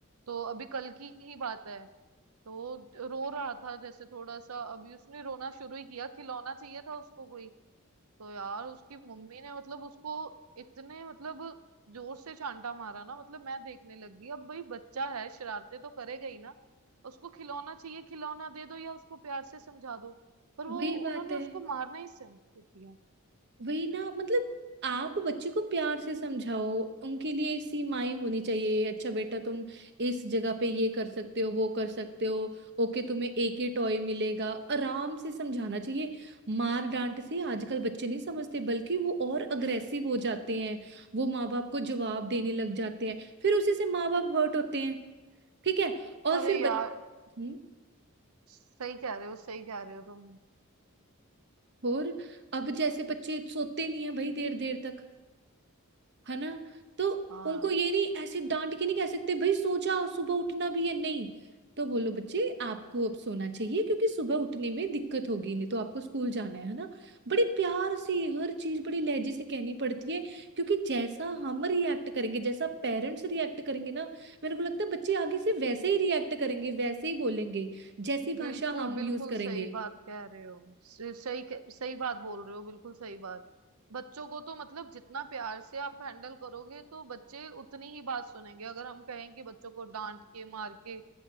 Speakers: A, on the right; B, on the right.
A: तो अभी कल की ही बात है तो रो रहा था जैसे थोड़ा सा अभी उसने रोना शुरू ही किया खिलौना चाहिए था उसको कोई तो यार उसकी मम्मी ने मतलब उसको इतने मतलब जोर से चांटा मारा ना मतलब मैं देखने लग गई अब भाई बच्चा है शरारते तो करेगा ही ना उसको खिलौना चाहिए खिलौना दे दो या उसको प्यार से समझा दो पर वो
B: वही बात
A: उन्होंने
B: है
A: उसको मारना ही सहन किया
B: वही ना मतलब आप बच्चे को प्यार से समझाओ उनके लिए सीमाएं होनी चाहिए अच्छा बेटा तुम इस जगह पे ये कर सकते हो वो कर सकते हो ओके तुम्हें एक ही टॉय मिलेगा आराम से समझाना चाहिए मार डांट से आजकल बच्चे नहीं समझते बल्कि वो और अग्रेसिव हो जाते हैं वो माँ बाप को जवाब देने लग जाते हैं फिर उसी से माँ बाप हर्ट होते हैं ठीक है और
A: अरे
B: फिर
A: यार
B: बच... हम्म
A: सही कह रहे हो सही कह रहे हो तुम
B: और अब जैसे बच्चे सोते नहीं है भाई देर देर तक है ना तो
A: हाँ
B: उनको ये नहीं ऐसे डांट के नहीं कह सकते भाई सो जाओ सुबह उठना भी है नहीं तो बोलो बच्चे आपको अब सोना चाहिए क्योंकि सुबह उठने में दिक्कत होगी नहीं तो आपको स्कूल जाना है है ना बड़े प्यार से हर चीज बड़े लहजे से कहनी पड़ती है क्योंकि जैसा हम रिएक्ट करेंगे जैसा पेरेंट्स रिएक्ट करेंगे ना मेरे को लगता है बच्चे आगे से वैसे ही रिएक्ट करेंगे वैसे ही बोलेंगे जैसी
A: बिल्कुल
B: भाषा हम
A: बिल्कुल
B: यूज करेंगे
A: सही बात कह रहे हो स- सही कह- सही बात बोल रहे हो बिल्कुल सही बात बच्चों को तो मतलब जितना प्यार से आप हैंडल करोगे तो बच्चे उतनी ही बात सुनेंगे अगर हम कहें कि बच्चों को डांट के मार के